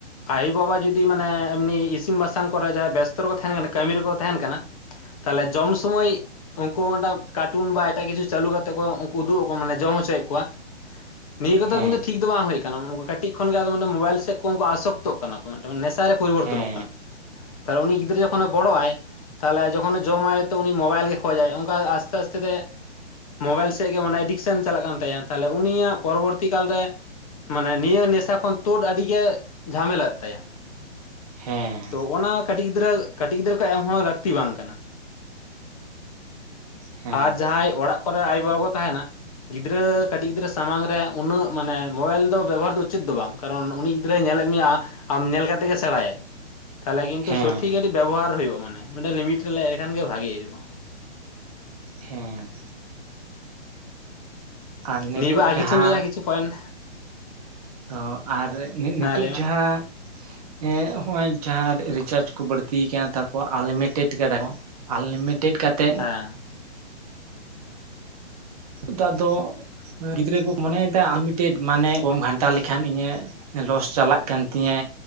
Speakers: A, on the left; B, on the right.
A: ᱟᱭᱳ ᱵᱟᱵᱟ ᱡᱩᱫᱤ ᱢᱟᱱᱮ ᱮᱢᱱᱤ ᱤᱥᱤᱱ ᱵᱟᱥᱟᱝ ᱠᱚᱨᱮ ᱡᱟᱦᱟᱸᱭ ᱵᱮᱥᱛᱚ ᱨᱮᱠᱚ ᱛᱟᱦᱮᱱ ᱠᱟᱱᱟ ᱠᱟᱹᱢᱤ ᱨᱮᱠᱚ ᱛᱟᱦᱮᱱ ᱠᱟᱱᱟ ᱛᱟᱦᱞᱮ ᱡᱚᱢ ᱥᱩᱢᱚᱭ ᱩᱱᱠᱩ ᱠᱟᱨᱴᱩᱱ ᱵᱟ ᱮᱴᱟᱜ ᱠᱤᱪᱷᱩ ᱪᱟᱹᱞᱩ ᱠᱟᱛᱮᱫ ᱠᱚ ᱩᱱ ᱩᱫᱩᱜ ᱟᱠᱚ ᱢᱟᱱᱮ ᱡᱚᱢ ᱦᱚᱪᱚᱭᱮᱫ ᱠᱚᱣᱟ ᱱᱤᱭᱟᱹ ᱠᱚᱫᱚ
B: ᱦᱮᱸ
A: ᱠᱤᱱᱛᱩ ᱴᱷᱤᱠ ᱫᱚ ᱵᱟᱝ ᱦᱳᱭ ᱠᱟᱱᱟ ᱠᱟᱹᱴᱤᱡ ᱠᱷᱚᱱ ᱜᱮ ᱟᱫᱚ ᱢᱟᱱᱮ ᱢᱳᱵᱟᱭᱤᱞ ᱥᱮᱫ ᱠᱚ ᱩᱱᱠᱩ ᱟᱥᱚᱠᱛᱚᱜ ᱠᱟᱱᱟ ᱢᱮᱫᱴᱟᱝ ᱱᱮᱥᱟᱨᱮ ᱯᱚᱨᱤᱵᱚᱨᱛᱚᱱᱚᱜ
B: ᱦᱮᱸ
A: ᱠᱟᱱᱟ ᱛᱟᱨ ᱩᱱᱤ ᱜᱤᱫᱽᱨᱟᱹ ᱡᱚᱠᱷᱚᱱᱮ ᱵᱚᱲᱚᱜ ᱟᱭ ᱛᱟᱦᱚᱞᱮ ᱡᱚᱠᱷᱚᱱᱮ ᱡᱚᱢᱟᱭ ᱛᱚ ᱩᱱᱤ ᱢᱳᱵᱟᱭᱤᱞ ᱜᱮ ᱠᱷᱚᱡᱟᱭ ᱚᱝᱠᱟ ᱟᱥᱛᱮ ᱟᱥᱛᱮ ᱛᱮ ᱢᱳᱵᱟᱭᱤᱞ ᱥᱮᱜ ᱜᱮ ᱢᱟᱱᱮ ᱮᱰᱤᱠᱥᱮᱱ ᱪᱟᱞᱟᱜ ᱠᱟᱱ ᱛᱟᱭᱟ ᱛᱟᱞᱦᱮ ᱩᱱᱤᱭᱟᱜ ᱯᱚᱨᱚᱵᱚᱨᱛᱤ ᱠᱟᱞ ᱨᱮ ᱢᱟᱱᱮ ᱱᱤᱭᱟᱹ ᱱᱮᱥᱟ ᱠᱷᱚᱱ ᱛᱩᱫ ᱟᱹᱰᱤ ᱜᱮ ᱡᱷᱟᱢᱮᱞᱟᱟᱜ ᱛᱟᱭᱟ
B: ᱦᱮᱸ
A: ᱛᱚ ᱚᱱᱟ ᱠᱟᱹᱴᱤᱡ ᱜᱤᱫᱽᱨᱟᱹ ᱠᱟᱹᱴᱤᱡ ᱜᱤᱫᱽᱨᱟᱹ ᱠᱚ ᱮᱢᱦᱚᱸ ᱞᱟᱹᱠᱛᱤ ᱵᱟᱝ ᱠᱟᱱᱟ
B: ᱦᱮᱸ
A: ᱟᱨ ᱡᱟᱦᱟᱸᱭ ᱚᱲᱟᱜ ᱠᱚᱨᱮᱜ ᱟᱭᱳ ᱵᱟᱵᱟ ᱠᱚ ᱛᱟᱦᱮᱱᱟ ᱜᱤᱫᱽᱨᱟᱹ ᱠᱟᱴᱤᱡ ᱜᱤᱫᱽᱨᱟᱹ ᱥᱟᱢᱟᱝ ᱨᱮ ᱩᱱᱟᱹᱜ ᱢᱟᱱᱮ ᱢᱳᱵᱟᱭᱤᱞ ᱫᱚ ᱵᱮᱵᱚᱦᱟᱨ ᱫᱚ ᱩᱪᱤᱛ ᱫᱚ ᱵᱟᱝ ᱠᱟᱨᱚᱱ ᱩᱱᱤ ᱜᱤᱫᱽᱨᱟᱹᱭ ᱧᱮᱞᱮᱜ ᱢᱮᱭᱟ ᱟᱢ ᱧᱮᱞ ᱠᱟᱛᱮᱜ ᱜᱮ ᱥᱮᱬᱟᱭᱟᱭ ᱛᱟᱦᱞᱮ ᱠᱤᱱᱛᱩ
B: ᱦᱮᱸ
A: ᱥᱚᱴᱷᱤᱠ ᱟᱹᱰᱤ ᱵᱮᱵᱚᱦᱟᱨ ᱦᱩᱭᱩᱜ-ᱟ ᱢᱟᱱᱮ ᱢᱤᱫᱴᱟᱝ ᱞᱤᱢᱤᱴ ᱨᱮ ᱦᱮᱡ ᱞᱮᱠᱷᱟᱱ ᱜᱮ ᱵᱷᱟᱜᱮ ᱦᱩᱭᱩᱜ-ᱟ
B: ᱦᱮᱸ ᱟᱨ ᱱᱤᱛᱚᱜ
A: ᱱᱤᱭᱟᱹ ᱵᱟᱨ ᱟᱨ
B: ᱡᱟᱦᱟᱸ
A: ᱠᱤᱪᱷᱩᱢ ᱞᱟᱹᱭᱟ ᱠᱤᱪᱷᱩ ᱯᱚᱭᱮᱱᱴ
B: ᱚ ᱟᱨ ᱱᱤᱛᱚᱜ
A: ᱦᱮᱸ ᱞᱟᱹᱭ ᱢᱮ
B: ᱡᱟᱦᱟᱸ ᱮᱸ ᱦᱚᱸᱜᱼᱚᱭ ᱡᱟᱦᱟᱸ ᱨᱤᱪᱟᱨᱡ ᱠᱚ ᱵᱟᱹᱲᱛᱤ ᱠᱟᱱᱟ ᱛᱟᱨᱯᱚᱨ ᱟᱱᱞᱤᱢᱤᱴᱮᱰ ᱠᱟᱫᱟ ᱠᱚ ᱟᱱᱞᱤᱢᱤᱴᱮᱵ ᱠᱟᱛᱮᱜ
A: ᱟᱸ
B: <inaudible> ᱫᱟᱜ ᱫᱚ ᱜᱤᱫᱽᱨᱟᱹ ᱠᱚ ᱢᱚᱱᱮᱭᱮᱫᱟ ᱟᱞᱤᱢᱤᱴᱮᱰ ᱢᱟᱱᱮ ᱠᱚᱢ ᱜᱷᱟᱱᱴᱟ ᱞᱮᱠᱷᱟᱱ ᱤᱧᱟᱹᱜ ᱞᱚᱥ ᱪᱟᱞᱟᱜ ᱠᱟᱱ ᱛᱤᱧᱟᱹ